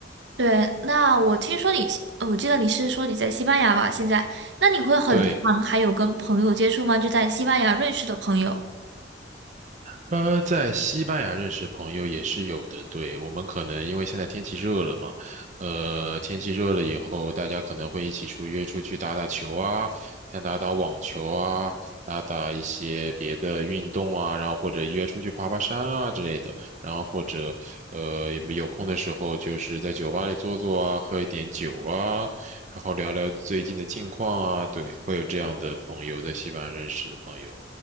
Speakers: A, on the right; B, on the right.
A: 对，那我听说你，呃我记得你是说你在西班牙吧？现在，那你会很常还有跟朋友接触吗？
B: 对，
A: 就在西班牙认识的朋友。
B: 呃，在西班牙认识朋友也是有的，对，我们可能因为现在天气热了嘛，呃，天气热了以后，大家可能会一起出约出去打打球啊，像打打网球啊，打打一些别的运动啊，然后或者约出去爬爬山啊之类的，然后或者呃有空的时候就是在酒吧里坐坐啊，喝一点酒啊，然后聊聊最近的近况啊，对，会有这样的朋友，在西班牙认识的朋友。